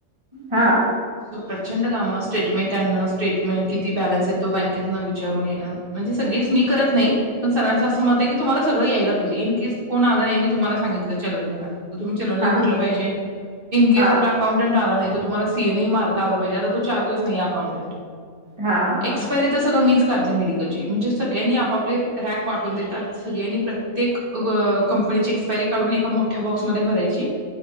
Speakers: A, on the right (about 20°); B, on the right (about 40°).
A: हा
B: तो प्रचंड कामं स्टेटमेंट त्यांना स्टेटमेंट किती बॅलन्स आहे तो बँकेतन विचारून येणं म्हणजे सगळीच मी करत नाही पण सरांचा असं मत आहे की तुम्हाला सगळं यायला पाहिजे इन केेस कोण आला नाही मी तुम्हाला सांगितलं चलन भरा त तुम्ही चलनही
A: हा
B: भरलं पाहिजे इनकेस
A: हा
B: आपला अकाउंटंट आला नाही. तर तुम्हाला सीएनही मारता आला पाहिजे आता तो चार दिवस नाहीये अकाउंंटट
A: हा हा हा
B: एक्सपायरी त सगळं मीच चालतंय मेडिकलची म्हणजे सगळ्यांनी आपापले रॅक वाटून देतात सगळ्यांनी प्रत्येक गं कंपनीची एक्सपायरी काढून एका मोठ्या बॉक्समध्ये भरायची